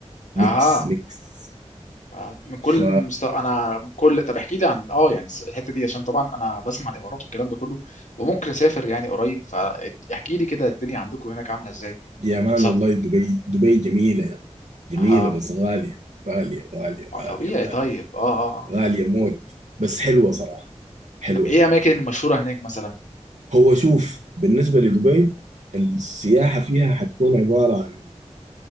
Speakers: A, on the right (about 75°); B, on the left (about 85°).
A: ميكس
B: اها
A: ميكس
B: آه، من كل
A: ف
B: مست... انا من كل طب احكي لي عن اه يعني الس- الحته دي عشان طبعا انا بسمع الامارات والكلام ده كله وممكن اسافر يعني قريب فاحكي لي كده الدنيا عندكم هناك عامله ازاي
A: يا مان
B: صح
A: والله دبي دبي جميلة يعني جميلة
B: اه
A: بس غالية غالية غالية
B: ما
A: غالية
B: طبيعي
A: غالية
B: طيب اه اه آه.
A: غالية موت بس حلوة صراحة حلوة
B: طب ايه اماكن مشهوره هناك مثلا
A: هو شوف بالنسبة لدبي السياحة فيها حتكون عبارة عن